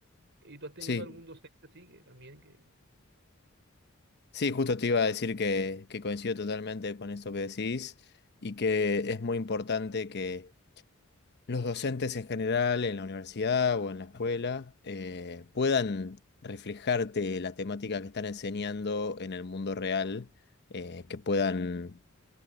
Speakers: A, on the right (about 60°); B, on the left (about 50°).
A: y tú has tenido
B: sí,
A: algún docente, sí, que también que...
B: sí, justo te iba a decir que, que coincido totalmente con esto que decís y que es muy importante que los docentes en general, en la universidad o en la escuela, eh, puedan reflejarte la temática que están enseñando en el mundo real, eh, que puedan